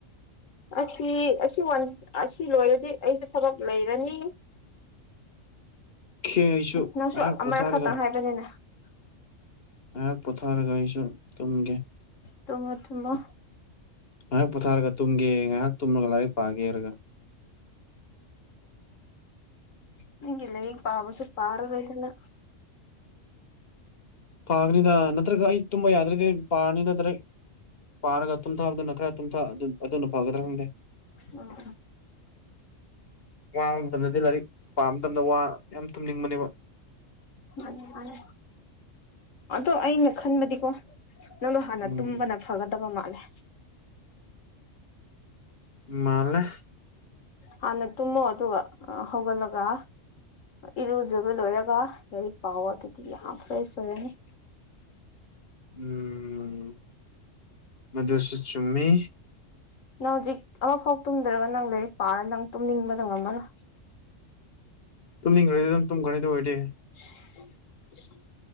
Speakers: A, on the left (about 80°); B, on the left (about 50°).
A: ꯑꯁꯤ ꯑꯁꯤ ꯋꯟ ꯑꯁꯤ ꯂꯣꯏꯔꯗꯤ ꯑꯩꯩ ꯊꯕꯛ ꯂꯩꯔꯅꯤ
B: ꯈꯦ ꯑꯩꯁꯨ
A: ꯅꯪꯁꯨ
B: ꯉꯥꯏꯍꯥꯛ
A: ꯑꯃꯔꯛ
B: ꯄꯣꯊꯥꯔꯒ
A: <unintelligible>
B: ꯉꯥꯏꯍꯥꯛ ꯄꯣꯊꯥꯔꯒ ꯑꯩꯁꯨ ꯇꯨꯝꯒꯦ
A: ꯇꯨꯃꯣ ꯊꯨꯃꯣ
B: ꯉꯥꯏꯍꯥꯛ ꯄꯣꯊꯥꯔꯒ ꯇꯨꯝꯒꯦ ꯉꯥꯏꯍꯥꯛ ꯇꯨꯝꯃꯒ ꯂꯥꯏꯔꯤꯛ ꯄꯥꯒꯦꯍꯥꯔꯒ
A: ꯅꯪꯒꯤ ꯂꯥꯏꯔꯤꯛ ꯄꯥꯕꯁꯨ ꯄꯔꯔꯣꯏꯅ
B: ꯄꯥꯒꯅꯤꯗ ꯅꯠꯇ꯭ꯔꯒ ꯑꯩ ꯇꯨꯝꯕ ꯌꯥꯗ꯭ꯔꯗꯤ ꯄꯥꯔꯅꯤ ꯅꯠꯇ꯭ꯔ ꯄꯥꯔꯒ ꯇꯨꯝꯊꯥꯕꯗꯨꯅ <unintelligible> ꯑꯗꯨꯅ ꯐꯒꯗ꯭ꯔꯥ ꯈꯪꯗꯦ
A: ꯎꯝ
B: ꯋꯥꯕ ꯃꯇꯝꯗꯗꯤ ꯂꯥꯏꯔꯤꯛ ꯄꯥꯕ ꯃꯇꯝꯗ ꯋꯥ ꯌꯥꯝ ꯇꯨꯝꯅꯤꯡꯕꯅꯦꯕ
A: ꯃꯥꯅꯦ ꯃꯥꯅꯦ ꯑꯗꯣ ꯑꯩꯅ ꯈꯟꯕꯗꯤꯀꯣ ꯅꯪꯗꯣ ꯍꯥꯟꯅ
B: ꯎꯝ
A: ꯇꯨꯝꯕꯅ ꯐꯒꯗꯕ ꯃꯥꯜꯂꯦ
B: ꯃꯥꯜꯂꯦ
A: ꯍꯥꯟꯅ ꯇꯨꯝꯃꯣ ꯑꯗꯨꯒ ꯍꯧꯒꯠꯂꯒ ꯏꯔꯨꯖꯕ ꯂꯣꯏꯔꯒ ꯂꯥꯏꯔꯤꯛ ꯄꯥꯎꯑꯣ ꯑꯗꯨꯗꯤ ꯌꯥꯝ ꯐꯔꯦꯁ ꯑꯣꯏꯔꯅꯤ
B: ꯎꯝ ꯃꯗꯨꯁ ꯆꯨꯝꯃꯤ
A: ꯅꯪ ꯍꯧꯖꯤꯛ ꯑꯃꯐꯥꯎ ꯇꯨꯝꯗ꯭ꯔꯒ ꯅꯪ ꯂꯥꯏꯔꯤꯛ ꯄꯥꯔ ꯅꯪ ꯇꯨꯝꯅꯤꯡꯕꯗ ꯉꯝꯃꯔꯣꯏ
B: ꯇꯨꯝꯅꯤꯡꯈ꯭ꯔꯗꯤ ꯑꯗꯨꯝ ꯇꯨꯝꯈ꯭ꯔꯅꯤ ꯑꯗꯨ ꯑꯣꯏꯗꯤ
A: <inaudible>